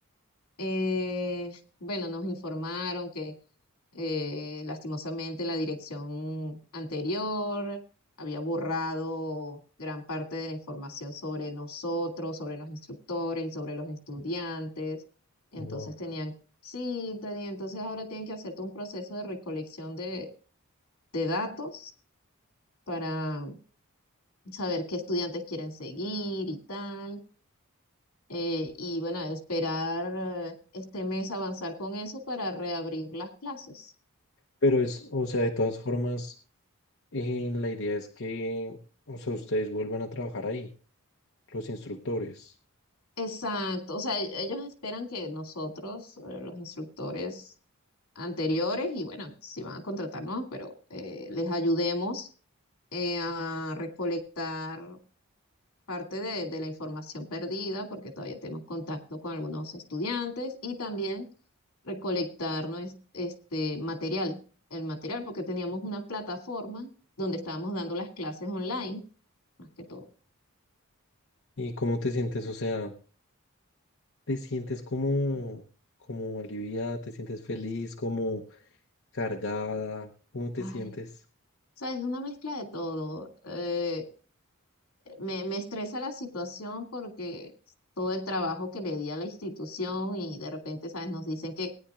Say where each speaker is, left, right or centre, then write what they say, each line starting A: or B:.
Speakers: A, on the left; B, on the left.
A: Eh, bueno, nos informaron que Eh, lastimosamente, la dirección anterior había borrado gran parte de la información sobre nosotros, sobre los instructores y sobre los estudiantes. Entonces
B: Wow.
A: tenían, sí, tenía- entonces ahora tienen que hacer todo un proceso de recolección de, de datos para saber qué estudiantes quieren seguir y tal. Eh, y bueno, esperar eh, este mes avanzar con eso para reabrir las clases.
B: Pero es, o sea, de todas formas, eh, la idea es que, o sea, ustedes vuelvan a trabajar ahí, los instructores.
A: Exacto, o sea, e- ellos esperan que nosotros, eh, los instructores anteriores, y bueno, si van a contratarnos, pero eh, les ayudemos eh, a recolectar parte de, de la información perdida, porque todavía tenemos contacto con algunos estudiantes, y también recolectar nues- este material, el material, porque teníamos una plataforma donde estábamos dando las clases online, más que todo.
B: ¿Y cómo te sientes? O sea, ¿te sientes como, como aliviada? ¿Te sientes feliz? ¿Como cargada? ¿Cómo te
A: Ay,
B: sientes?
A: sabes, una mezcla de todo. Eh, Me, me estresa la situación porque todo el trabajo que le di a la institución y de repente, ¿sabes? Nos dicen que,